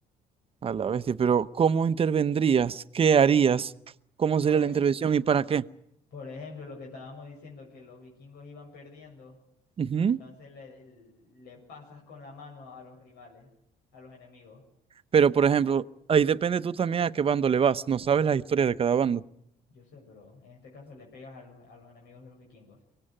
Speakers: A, on the right (about 35°); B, on the left (about 75°).
A: A la bestia, pero ¿cómo intervendrías? ¿Qué harías? ¿Cómo
B: Por,
A: sería
B: ej-
A: la intervención y para qué?
B: por ejemplo, lo que estábamos diciendo, que los vikingos iban perdiendo
A: Ujú.
B: Entonces le, le pasas con la mano a los rivales, a los enemigos.
A: Pero, por
B: Y
A: ejemplo, ahí depende tú también a qué bando le vas. No sabes las historias de cada bando.
B: yo sé, pero en este caso le pegas a los, a los enemigos de los vikingos.